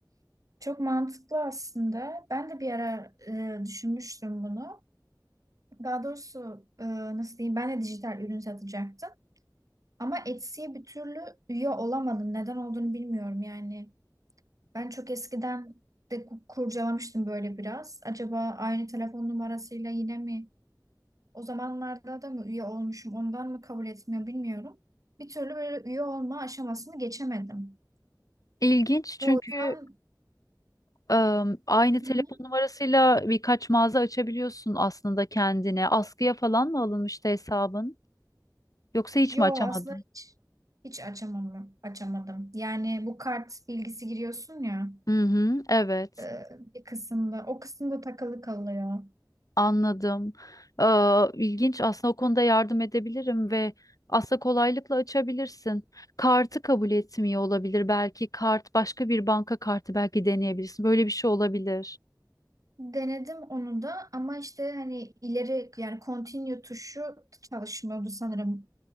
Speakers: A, on the right (about 50°); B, on the left (about 55°).
A: Çok mantıklı aslında. Ben de bir ara e, düşünmüştüm bunu. Daha doğrusu e, nasıl diyeyim ben de dijital ürün satacaktım. Ama Etsy'ye bir türlü üye olamadım. Neden olduğunu bilmiyorum yani. Ben çok eskiden de ku- kurcalamıştım böyle biraz. Acaba aynı telefon numarasıyla yine mi o zamanlarda da mı üye olmuşum ondan mı kabul etmiyor bilmiyorum. Bir türlü böyle üye olma aşamasını geçemedim.
B: İlginç çünkü
A: Ve o yüzden
B: Am, aynı
A: Hı
B: telefon
A: hı.
B: numarasıyla birkaç mağaza açabiliyorsun aslında kendine. Askıya falan mı alınmıştı hesabın? Yoksa hiç
A: yo
B: mi açamadın?
A: aslında hiç, hiç açamam, açamadım. Yani bu kart bilgisi giriyorsun ya.
B: Hı hı, evet,
A: e, bir kısımda. O kısımda takılı kalıyor.
B: anladım. Aa, ilginç aslında o konuda yardım edebilirim ve aslında kolaylıkla açabilirsin. Kartı kabul etmiyor olabilir belki kart başka bir banka kartı belki deneyebilirsin. Böyle bir şey olabilir.
A: Denedim onu da ama işte hani ileri yani continue tuşu çalışmıyordu sanırım.